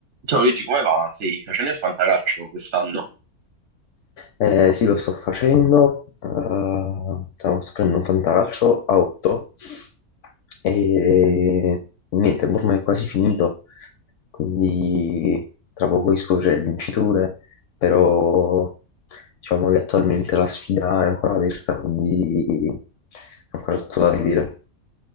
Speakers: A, on the right; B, on the left.
A: Ciao Luigi, come va? Stai facendo il fantacalcio quest'anno?
B: Eh, sì, lo sto facendo, eh, stiamo facendo un fantacalcio a 8 e niente, ormai è quasi finito, quindi tra poco scoprirò le vinciture, però diciamo che attualmente la sfida è ancora aperta, quindi è ancora tutto da vedere.